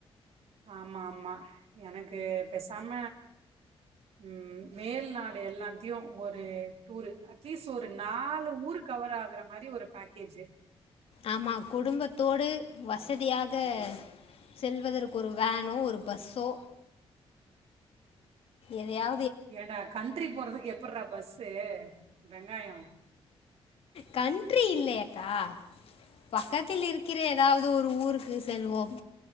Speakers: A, on the right; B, on the left.
A: ஆமா ஆமா எனக்கு பேசாம ம் மேல் நாடு எல்லாத்தையு ஒரு டூரு அட்லீஸ்ட் ஒரு நாலு ஊரு கவர் ஆகுற மாரி ஒரு பேக்கேஜ்ஜூ
B: ஆமா குடும்பத்தோடு வசதியாக செல்வதற்கு ஒரு வேனோ ஒரு பஸ்ஸோ எதையா
A: ஏண்டா கண்ட்ரி போறதுக்கு எப்பிட்றா பஸ்சு வெங்காயோ
B: கன்ட்ரி இல்லையக்கா பக்கத்தில் இருக்கிற ஏதாவது ஒரு ஊருக்கு செல்வோம்